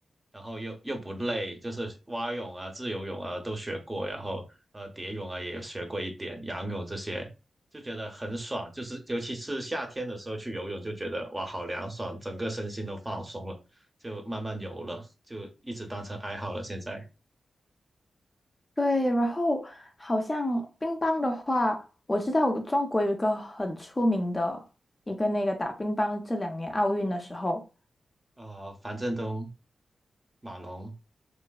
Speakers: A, on the right; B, on the left.
A: 然后又又不累，就是蛙泳啊、自由泳啊都学过，然后呃蝶泳啊也有学过一点，仰泳这些就觉得很爽，就是尤其是夏天的时候去游泳，就觉得哇好凉爽，整个身心都放松了，就慢慢游了，就一直当成爱好了。现在
B: 对，然后好像乒乓的话，我知道中国有一个很出名的一个那个打乒乓，这两年奥运的时候，
A: 呃，樊振东、马龙，